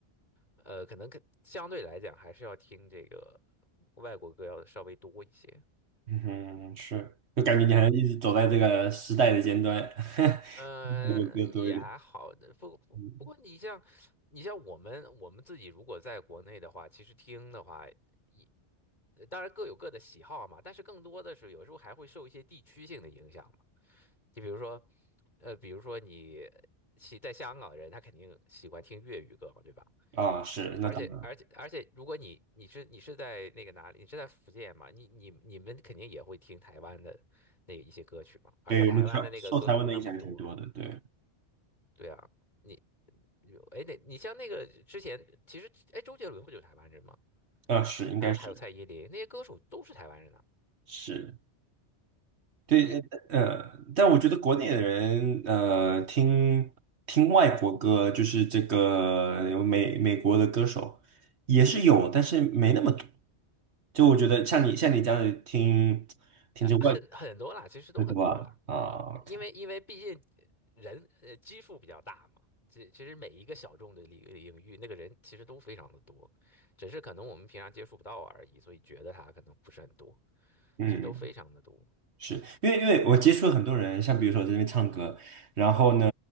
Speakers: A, on the left; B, on the right.
A: 呃，可能可相对来讲还是要听这个外国歌要稍微多一些。
B: 嗯哼是，就感觉你还一直走在这个时代的尖端，<laughs>
A: 呃，
B: 外国歌多一点。
A: 也还好不不不过你像你像我们我们自己如果在国内的话，
B: 嗯，
A: 其实听的话也当然各有各的喜好嘛，但是更多的是有时候还会受一些地区性的影响嘛。就比如说，呃，比如说你喜在香港的人，他肯定喜欢听粤语歌嘛，对吧？
B: 啊，是，
A: 而且而且而且，
B: 那当然，
A: 如果你你是你是在那个哪里，你是在福建嘛？你你你们肯定也会听台湾的那一些歌曲嘛。而且台湾的那个歌手有那么多，
B: 对我们台受台湾的影响还挺多的，对，
A: 对啊，你你哎，那你像那个之前，其实哎，周杰伦不就是台湾人吗？
B: 啊，是，应该是
A: 还有还有蔡依林那些歌手都是台湾人啊，
B: 是。对，
A: 你
B: 呃，呃但我觉得国内的人，呃，听听外国歌，就是这个有美美国的歌手也是有，但是没那么多。就我觉得像你像你这样子听听着外国
A: 很很多啦，其实都很多啦。
B: 歌对吧？啊 o
A: 因为因为毕竟人呃基数比较大嘛，其其实每一个小众的领领域，那个人其实都非常的多，只是可能我们平常接触不到而已，所以觉得他可能不是很多，
B: 嗯。
A: 其实都非常的多。
B: 是因为因为我接触了很多人，像比如说我在这边唱歌，然后呢，